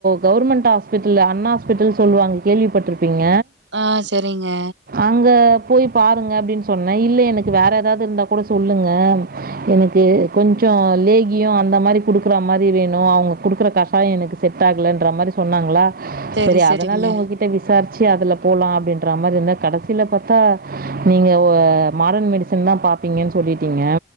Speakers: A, on the right (about 50°); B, on the right (about 65°).
A: கவர்மெண்ட் ஆஸ் பிட்டல் அண்ணா ஹாஸ்பிட்டல் சொல்லுவாங்க கேள்விப்பட்ருப்பீங்க
B: ஆ சரிங்க
A: அங்க போய் பாருங்க அப்டின் சொன்னே இல்ல எனக்கு வேற ஏதாவது இருந்தா கூட சொல்லுங்க எனக்கு கொஞ்சோ லேகியம் அந்த மாதிரி குடுக்குற மாரி வேணும் அவங்க குடுக்குற கஷ் யோம் எனக்கு செட் ஆகலன்ற மாரி சொன்னாங்களா
B: செரி
A: சரி
B: செரிங்க
A: அதனால உங்க கிட்ட விசாரிச்சு அதுல போலா அப்டின்ற மாரி இருந்தே கடசில பாத்தா நீங்க வே மாடர்ன் மெடி சன்ஸ் தா பாப்பீங்கன்னு சொல்லிட்டீங்க